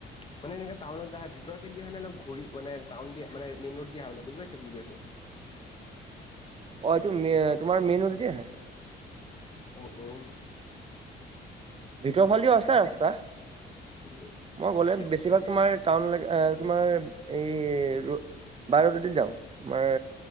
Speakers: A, on the left; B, on the right.
A: মানে এনেকে টাউনত যে আহে, ভিতৰৰ ফেলদি আহা নেনে ঘুৰি মানে টাউন দি মানে মেইন ৰোড দি আহা বুজি পাইছা কি বুজাইছো?
B: অ' এইটো মে তোমাৰ মেইন ৰোড দি আহে।
A: উ উম।
B: ভিতৰ ফালদিও আছে ৰাস্তা
A: উম
B: মই
A: ঠিকে
B: গ'লে বেছিভাগ তোমাৰ টাউন লৈকে অ তোমাৰ এই ৰ - বাই ৰডেদি যাওঁ তোমাৰ